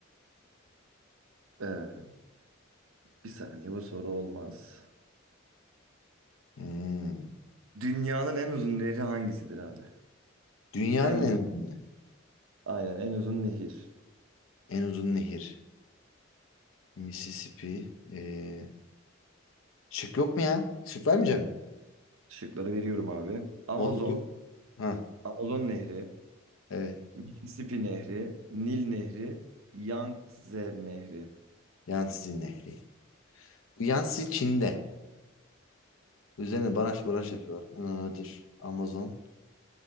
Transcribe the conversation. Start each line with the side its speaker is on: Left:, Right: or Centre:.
Right: Ee, bir saniye bu soru olmaz.
Left: Hmm.
Right: Dünyanın en uzun nehri hangisidir abi?
Left: Dünyanın
Right: En uzun,
Left: en uzun ne-
Right: aynen en uzun nehir.
Left: en uzun nehir. Mississippi. Ee, şık yok mu ya? Şık vermeyeceğim mi?
Right: Şıkları veriyorum abi. Amazon,
Left: Oğlum çok. Ha
Right: Amazon Nehri,
Left: evet.
Right: Mississippi Nehri, Nil Nehri, Yangtze Nehri.
Left: Yangtze Nehri. Bu Yansi Çin'de. Üzerine baraj baraj yapıyorlar. Ee, dur. Amazon.